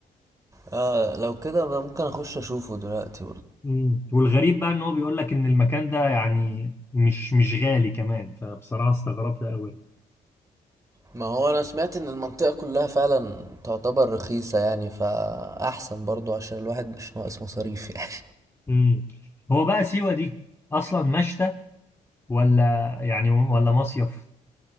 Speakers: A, on the right (about 20°); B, on the left (about 15°).
A: اه لو كده ممكن اخش اشوفه دلوقتي
B: مم. والغريب بقى ان هو بيقول لك ان المكان ده يعني مش مش غالي كمان فبصراحة استغربت قوي
A: ما هو انا سمعت ان المنطقة كلها فعلا تعتبر رخيصة يعني فاحسن برضو عشان الواحد مش ناقص مصاريف يعني
B: امم هو بقى سيوة دي اصلا مشتى ولا يعني ولا مصيف